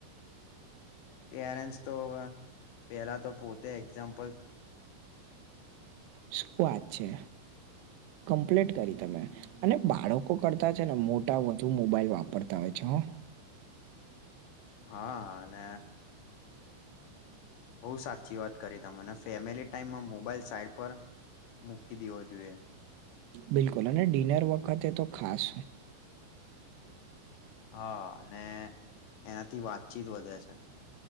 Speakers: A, on the left; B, on the right.
A: પેરેન્ટસ તો અવે, પેલા તો પોતે એક્ઝામ
B: શું વાત છે. કમ્પ્લીટ કરી તમે અને બાળકો કરતાં છે ને મોટા વધુ મોબાઈલ વાપરતા હોય છે હો.
A: હા અને બહુ સાચી વાત કરી તમે, ને ફેમિલી ટાઈમમાં મોબાઈલ સાઈડ પર મૂકી દેવો જોઈએ.
B: બિલકુલ અને ડિનર વખતે તો ખાસ.
A: હા અને એનાથી વાતચીત વધે છે.